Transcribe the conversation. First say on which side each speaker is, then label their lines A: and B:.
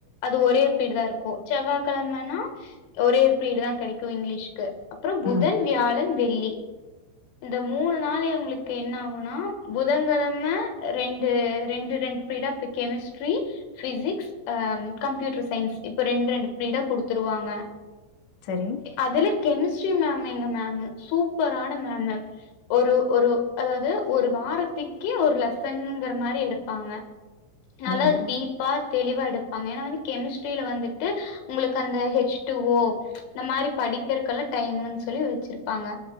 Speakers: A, on the left; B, on the left.
A: அது ஒரே பீர்டு தா இருக்கு செவ்வ கிழாமனா ஒரே பீர்டு தா கெடைக்கு இங்கிலீஷ்கு அப்றோ புதன்
B: ம்
A: வியாழன் வெள்ளி இந்த மூணு நாள் எங்ளுக்கு என்ன ஆகுனா புதங்கிழம ரெண்டு ரெண்டு ரெண் பிடப் இப் கெமிஸ்ட்ரி பிசிக்ஸ் அ கம்ப்யூட்டர் சயின்ஸ் இப்ப ரெண் ரெண்டு ப்ரீடா குடுத்துருவாங்க
B: சரி
A: அதுல கெமிஸ்ட்ரி மேம் எங்க மேமு சூப்பரான மேமு ஒரு ஒரு அதாது ஒரு வாரத்துக்கே ஒரு லெசன்ங்கிற மாரி எடுப்பாங்க நல்லா
B: ம்
A: டீப்பா தெளிவா எடுப்பாங்க ஏன்னா கெமிஸ்ட்ரியில வந்துட் டு உங்குளுக்கு அந்த எச் டூ ஓ இந்த மாரி படிக்கிறக்கெல்லா டைம்ன்னு சொல்லி வச்சிருப்பாங்க